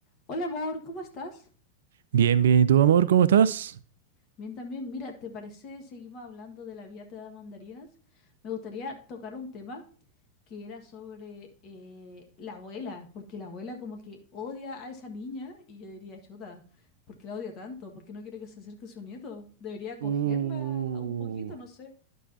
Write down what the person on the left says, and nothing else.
Hola amor, ¿cómo estás?
Bien también. Mira, ¿te parece seguimos hablando de la vida te da mandarinas? Me gustaría tocar un tema que era sobre eh, la abuela, porque la abuela como que odia a esa niña y yo diría, chuta, ¿por qué la odia tanto? ¿Por qué no quiere que se acerque a su nieto? Debería acogerla
un poquito, no sé.